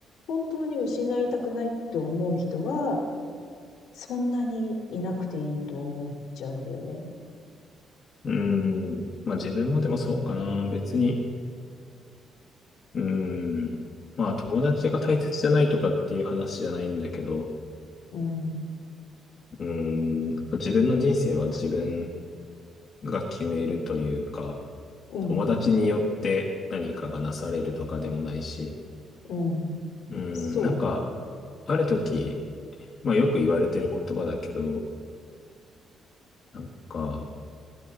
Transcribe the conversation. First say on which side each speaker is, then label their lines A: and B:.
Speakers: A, on the left; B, on the left.
A: 本当に失いたくないって思う人は、そんなにいなくていいと思っちゃうんだよね。
B: うん。うん。まあ自分もでもそうかな。別に。うん。まあ友達が大切じゃないとかっていう話じゃないんだけど、
A: うん。
B: うん。自分の人生は自分が決めるというか、
A: うん。
B: 友達によって何かがなされるとかでもないし、
A: うん。
B: うん、
A: そう。
B: なんか、ある時、まあよく言われてる言葉だけど、なんか、